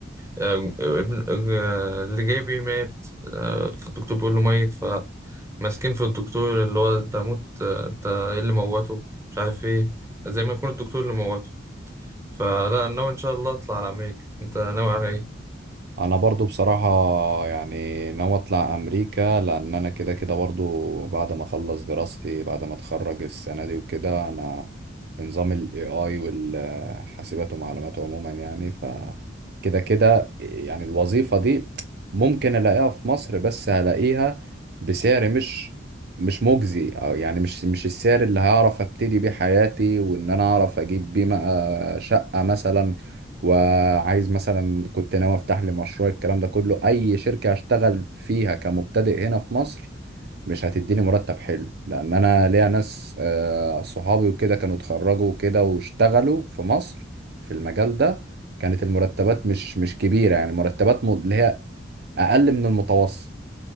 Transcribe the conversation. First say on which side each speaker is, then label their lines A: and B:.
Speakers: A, on the right (about 15°); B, on the right (about 55°).
A: آه، ابن آه، اللي جاي بيه مات آه، فالدكتور بيقول له ميت فماسكين في الدكتور اللي هو انت موت آه، انت ايه اللي موته مش عارف ايه زي ما يكون الدكتور اللي موته فلا أنا ناوي ان شاء الله اطلع على امريكا انت ناوي على ايه
B: انا برضو بصراحة يعني ناوي اطلع امريكا لان انا كده كده برضو بعد ما اخلص دراستي بعد ما اتخرج السنة دي وكده انا في نظام الاي اي والحاسبات ومعلومات عموما يعني ف كده كده يعني الوظيفة دي ممكن الاقيها في مصر بس هلاقيها بسعر مش مش مجزي او يعني مش مش السعر اللي هعرف ابتدي بيه حياتي وان انا اعرف اجيب بيه بقى شقة مثلا وعايز مثلا كنت ناوي افتح لي مشروع الكلام ده كله اي شركة هشتغل فيها كمبتدئ هنا في مصر مش هتديني مرتب حلو لان انا ليا ناس آه، صحابي وكده كانوا اتخرجوا وكده واشتغلوا في مصر في المجال ده كانت المرتبات مش مش كبيرة يعني مرتبات م- اللي هي اقل من المتوسط